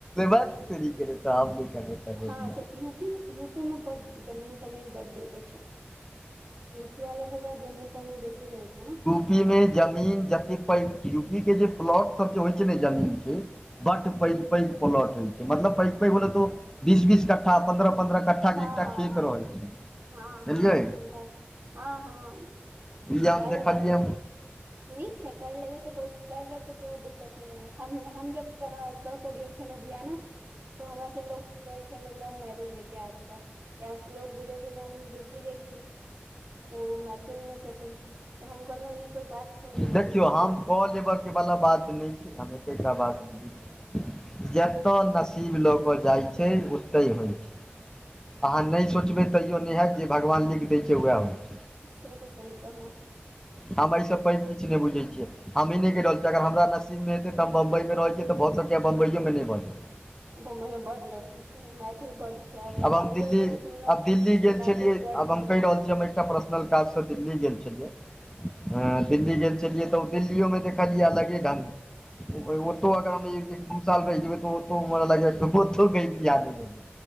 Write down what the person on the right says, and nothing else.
हँ
से यूपी मे यू में बड जमीन तमीन बड देवय छै यूपी वाला सब के पास जमीन तमीन बेसी रहै छै ने
ह
हँ
हँ हँ
इनका हँ हँ
वएह
लेल कहलहु नीक छै कर लेबै तऽ को कर लेब तऽ कोनो भीदिक्कत नहि होयत हम हम जब कहि के गेल छलहुँ बियाह ना तो हमरा से लोग कहै छलै लव मैरेज है क्या आपका लोग बुझे छै ने यूपी के छी ओ मैथिल मे छथिन तऽ हम कहलौ ई कोई बात थोड़े भेलै
कि
से तऽ सही कहलौ
बम्बई में बड लड़की छै मैथिल बड छै
कालियो
वाली मे सुनलहुँ
मैथिल
गढ़
छै